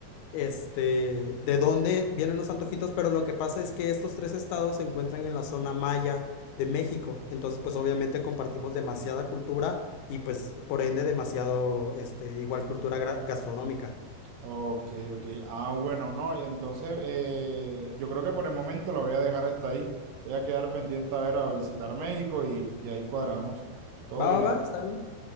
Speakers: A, on the left (about 90°); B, on the right (about 75°).
A: este, de dónde vienen los antojitos, pero lo que pasa es que estos tres estados se encuentran en la zona maya de México, entonces pues obviamente compartimos demasiada cultura y pues por ende demasiado, este, igual cultura gra- gastronómica.
B: Ok, ok. Ah, bueno, no, entonces eh, yo creo que por el momento la voy a dejar hasta ahí. Voy a quedar pendiente a ver a visitar México y, y ahí cuadramos. Todo
A: Va,
B: bien.
A: va, va, está bien.